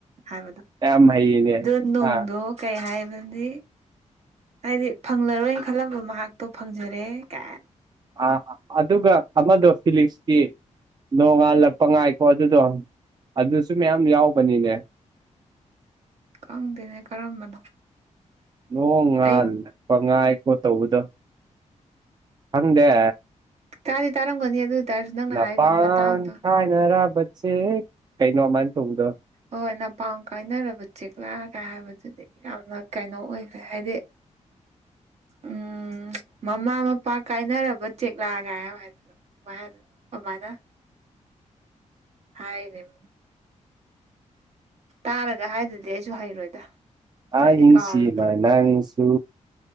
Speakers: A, on the right; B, on the right.
A: ꯍꯥꯏꯕꯗꯣ
B: ꯌꯥꯝ ꯍꯩꯅꯦ
A: ꯗꯣ ꯅꯨꯡꯗꯣ
B: ꯑ
A: ꯀꯩ ꯍꯥꯏꯕꯗꯤ ꯍꯥꯏꯗꯤ ꯐꯪꯂꯔꯣꯏꯅ ꯈꯜꯂꯝꯕ ꯃꯍꯥꯛꯇꯣ ꯐꯪꯖꯔꯦ ꯀꯥꯏꯟ
B: ꯑꯥ ꯑꯗꯨꯒ ꯑꯃꯗꯣ ꯐꯤꯂꯤꯛꯁꯀꯤ ꯅꯣꯡꯉꯥꯜꯂꯛꯄ ꯉꯥꯏꯈꯣ ꯑꯗꯨꯗꯣ ꯑꯗꯨꯁꯨ ꯃꯌꯥꯝ ꯌꯥꯎꯕꯅꯤꯅꯦ
A: ꯈꯪꯗꯦꯅꯦ ꯀꯔꯝꯕꯅꯣ
B: ꯅꯣꯡ ꯉꯥꯜ
A: ꯑꯩ
B: ꯅꯛꯄ ꯉꯥꯏꯈꯣ ꯇꯧꯕꯗꯣ ꯈꯪꯗꯦ
A: ꯇꯥꯗꯤ ꯇꯔꯝꯒꯅꯤ ꯑꯗꯨ ꯇꯥꯔꯁꯨ ꯅꯪꯅ
B: ꯅꯄꯥꯡ
A: ꯍꯥꯏꯔꯤꯕ ꯃꯇꯥꯡꯗꯣ
B: ꯀꯥꯏꯅꯔꯕ ꯆꯦꯛ ꯀꯩꯅꯣ ꯑꯗꯨꯃꯥꯏꯟ ꯇꯧꯕꯗꯣ
A: ꯍꯣꯏ ꯅꯄꯥꯝ ꯀꯥꯏꯅꯔꯕ ꯆꯦꯛꯂꯛꯒ ꯍꯥꯏꯕꯗꯨꯗꯤ ꯌꯥꯝꯅ ꯀꯩꯅꯣ ꯑꯣꯏꯈ꯭ꯔꯦ ꯍꯥꯏꯗꯤ ꯎꯝ ꯃꯃꯥ ꯃꯄꯥ ꯀꯥꯏꯅꯔꯕ ꯆꯦꯛꯂꯥꯒꯥꯏ ꯌꯥꯝ ꯍꯥꯏꯗ ꯑꯗꯨꯃꯥꯏ ꯍꯥꯏꯗꯣꯏꯅꯣ ꯀꯃꯥꯏꯅ ꯍꯥꯏꯔꯤꯅꯦꯕ ꯇꯥꯔꯒ ꯍꯥꯏꯗ꯭ꯔꯗꯤ ꯑꯩꯖꯨ ꯍꯩꯔꯣꯏꯗ ꯍꯥꯏꯗꯤ
B: ꯑꯍꯤꯡꯁꯤꯃꯥ
A: ꯀꯥꯎꯔꯦ
B: ꯅꯪꯁꯨ